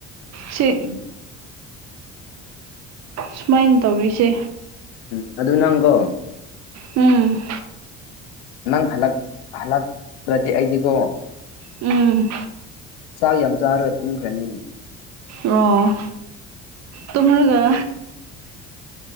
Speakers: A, on the right; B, on the left.
A: ꯁꯤ
B: <inaudible>
A: ꯁꯨꯃꯥꯏꯅ ꯇꯧꯔꯤꯁꯦ꯫
B: ꯎꯝ ꯑꯗꯨ ꯅꯪꯀꯣ
A: ꯎꯝ
B: ꯅꯪ ꯍꯂꯛ ꯍꯂꯛ ꯇꯔꯗꯤ ꯑꯩꯗꯤꯒꯣ
A: ꯎꯝ
B: ꯆꯥ ꯌꯥꯝ ꯆꯥꯔꯒ ꯇꯨꯝꯈ꯭ꯔꯅꯤ꯫
A: ꯑꯣ ꯇꯨꯝꯔꯒ